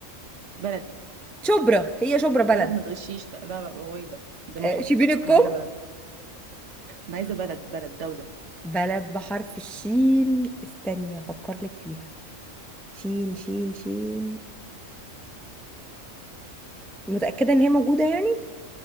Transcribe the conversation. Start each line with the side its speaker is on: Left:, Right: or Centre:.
Right: بلد
Centre: شبرا هي شبرا بلد
Right: بلد ما تغشيش لا هو إيه ده ده
Centre: آه،
Right: محافظة
Centre: شبين الكم
Right: انا عايزة بلد انا عايزة بلد بلد دولة
Centre: بلد بحرف الشين استني افكر لك فيها شين شين شين متأكدة ان هي موجودة يعني؟